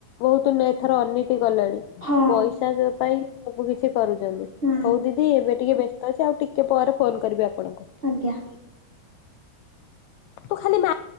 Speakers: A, on the left; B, on the right.
A: ବହୁତ ନେ ଏଥର ଅନୀତି ଗଲେଣି
B: ହଁ
A: ପଇସା ଜ ପାଇଁ ସବୁ କିଛି କରୁଛନ୍ତି
B: ହୁଁ।
A: ହଉ ଦି ଦି ଏବେ ଟିକେ ବ୍ୟସ୍ତ ଅଛି ଆଉ ଟିକେ ପରେ ଫୋନ କରିବି ଆପଣଙ୍କୁ।
B: ଆଜ୍ଞା
A: ତୁ ଖାଲି ମା